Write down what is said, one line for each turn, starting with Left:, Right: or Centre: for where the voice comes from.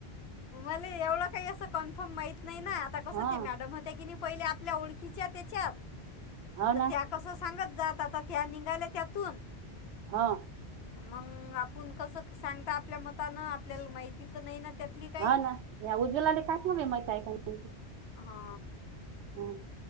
Left: मले एवढं काही असं कन्फर्म माहित नाही ना, आता कसं
Right: हा
Left: ते मॅडम ह ते किनी पहिले आपल्या ओळखीचे आहे त्याच्यात
Right: हो
Left: तर
Right: ना
Left: त्या असं सांगत जात, आता त्या निंघाल्या त्यातून.
Right: हा.
Left: मंग आपुण कस सांगता आपल्या मतानं आपल्याला माहिती तर नाही ना त्यातली. काही
Right: हा ना या उज्वलाले काय <unintelligible>
Left: हा.
Right: हम्म.